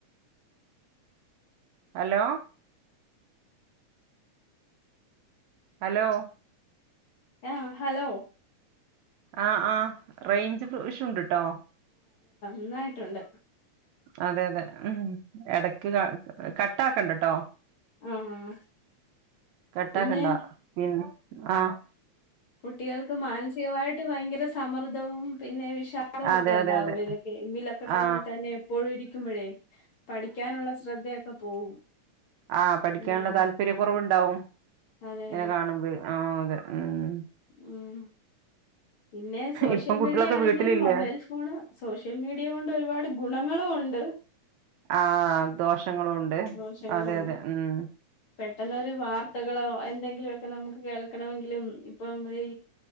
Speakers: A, on the right; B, on the left.
A: ഹലോ ഹലോ
B: ആഹ് ഹലോ
A: ആഹ് ആഹ് റേഞ്ച് പ്രൊ ഇഷൂണ്ട്ട്ടോ
B: ന്നായിട്ടുണ്ട്
A: അതെ അതെ ഊം എടക്ക് ക കട്ടാക്കണ്ടട്ടോ
B: ആഹ്
A: കട്ടാക്കണ്ട
B: പിന്നെ
A: പിൻ ആഹ്
B: കുട്ടികൾക്ക്‌ മാനസികമായിട്ട് ഭയങ്കര സമർദ്ധവും പിന്നെ വിഷാദവൊക്കെ
A: അതെ
B: ഒണ്ടാവോല്ലോ
A: അതെ അതെ
B: ഗൈയിമിലൊക്കെ <unintelligible>
A: ആ
B: പോഴിരിക്കും മ്പഴേ പഠിക്കാനുള്ള ശ്രദ്ധയൊക്കെ പോവും
A: ആഹ് പഠിക്കാനുള്ള
B: ഉം
A: താല്പര്യകുറവുണ്ടാവും
B: അതെ
A: ഇങ്ങനെ
B: അതെ
A: കാണുമ്പഴ് ആഹ് അതെ ഉം
B: ഉം പിന്നെ സോഷ്യൽ
A: ഇപ്പം കുട്ടികളൊക്കെ
B: മീഡിയ ആണെങ്കിലും
A: വീട്ടിലില്ലേ
B: മൊബൈൽ ഫോണ് സോഷ്യൽ മീഡിയകൊണ്ട് ഒരുപാട് ഗുണങ്ങളൂണ്ട്.
A: ആഹ് ദോഷങ്ങളൂണ്ട്
B: ദോഷങ്ങളും
A: അതെ
B: ഉണ്ട്
A: അതെ ഹ്മ്
B: പെട്ടെന്നൊരു വാർത്തകളോ എന്തെങ്കിലോ നമുക്ക് കേൾക്കണമെങ്കിലും ഇപ്പം ഈ